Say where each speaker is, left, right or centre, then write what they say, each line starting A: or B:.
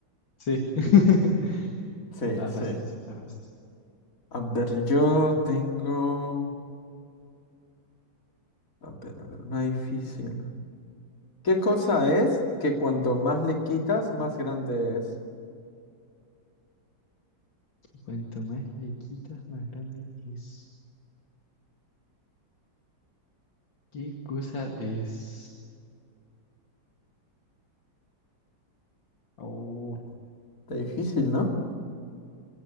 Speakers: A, on the left; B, on the left.
A: Sí. <laughs>
B: Sí,
A: Está
B: sí.
A: fácil, ese, está fácil.
B: A ver, yo tengo. A ver, a ver, una difícil. ¿Qué cosa es que cuanto más le quitas, más grande es?
A: Cuanto más le quitas, más grande es. ¿Qué cosa es? Oh.
B: Está difícil, ¿no?